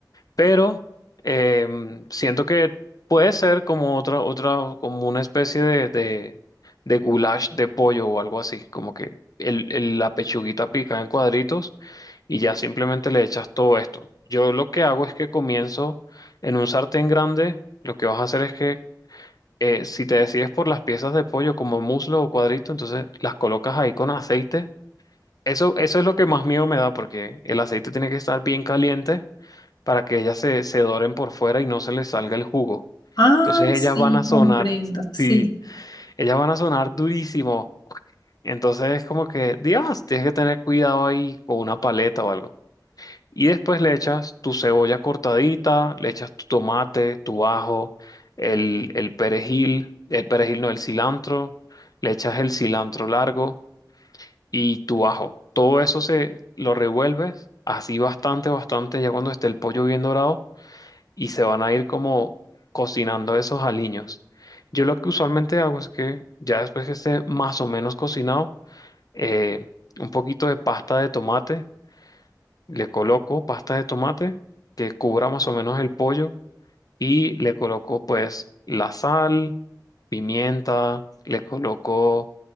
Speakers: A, on the left; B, on the left.
A: pero em, siento que puede ser como otra, otra, como una especie de, de, de goulash de pollo o algo así, como que el, el- la pechuguita pica en cuadritos y ya simplemente le echas todo esto. Yo lo que hago es que comienzo en un sartén grande, lo que vas a hacer es que eh, si te decides por las piezas de pollo como muslo o cuadrito, entonces las colocas ahí con aceite. Eso, eso es lo que más miedo me da porque el aceite tiene que estar bien caliente para que ellas se, se doren por fuera y no se les salga el jugo.
B: Ah,
A: Entonces ellas
B: sí,
A: van a sonar,
B: comprendo, sí.
A: sí, ellas van a sonar durísimo. Entonces es como que, Dios, tienes que tener cuidado ahí con una paleta o algo. Y después le echas tu cebolla cortadita, le echas tu tomate, tu ajo, el, el perejil, el perejil no, el cilantro, le echas el cilantro largo y tu ajo. Todo eso se lo revuelves así bastante, bastante, ya cuando esté el pollo bien dorado y se van a ir como cocinando esos aliños. Yo lo que usualmente hago es que ya después que esté más o menos cocinado, eh, un poquito de pasta de tomate, le coloco pasta de tomate que cubra más o menos el pollo y le coloco pues la sal, pimienta, le coloco